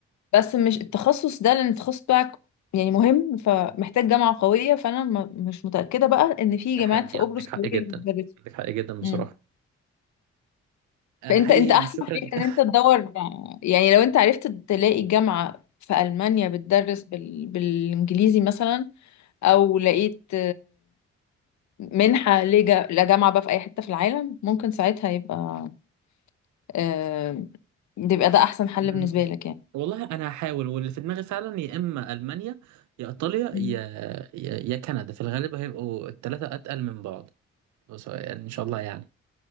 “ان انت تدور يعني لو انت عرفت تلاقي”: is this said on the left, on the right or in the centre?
Left